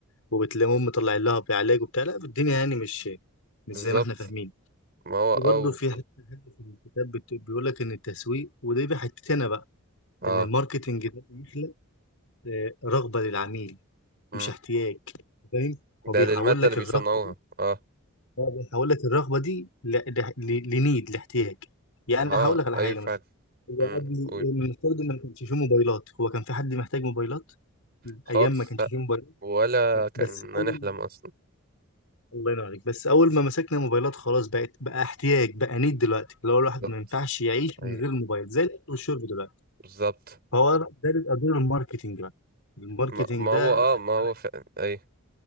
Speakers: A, on the left (about 70°); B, on the right (about 45°).
A: وبتلاقيهم مطلعين لها بعلاج وبتاع لا الدنيا يعني مش مش
B: بالظبط
A: زي ما احنا فاهمين
B: ما هو او
A: وبرضه في حته حتة في الكتاب بت- بيقول لك ان التسويق ودي بقى حتتي انا بقى
B: اه
A: ان الماركتنج ده بيخلق آه، رغبه للعميل
B: مم.
A: مش احتياج فاهم
B: ده
A: هو بيحول
B: للمادة
A: لك
B: اللي بيصنعوها
A: الرغبه
B: اه
A: لا، بس هقول لك الرغبه دي ل- ل- ل- لنيد لاحتياج يعني
B: اه
A: انا هقول لك على
B: ايوه
A: حاجه
B: فعلا
A: مثلا هو
B: مم.
A: قبل
B: قول
A: المفترض ان ما كانش فيه موبايلات هو كان في حد محتاج موبايلات
B: خالص
A: ايام ما كانش
B: لا
A: فيه موبايلات
B: ولا كان
A: بس اول
B: هنحلم
A: <laughs>
B: اصلا
A: الله ينور عليك بس اول ما مسكنا موبايلات خلاص بقت بقى احتياج بقى نيد دلوقتي اللي هو الواحد
B: بالظبط
A: ما ينفعش يعيش
B: اي
A: من غير الموبايل زي الاكل والشرب دلوقتي
B: بالظبط
A: فهو ده بيبقى دور الماركتينج بقى الماركتينج
B: ما... ما هو
A: ده
B: اه
A: خلي
B: ما هو
A: بالك
B: فعلا اي